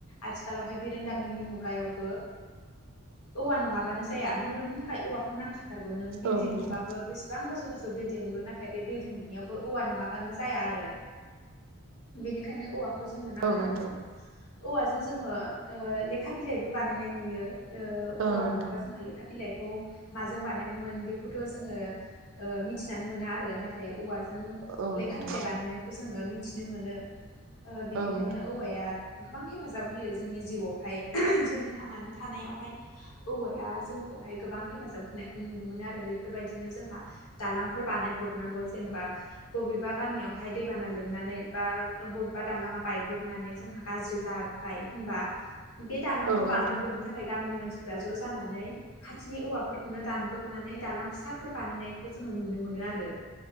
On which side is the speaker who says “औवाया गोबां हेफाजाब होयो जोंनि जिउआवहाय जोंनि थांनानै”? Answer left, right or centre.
Left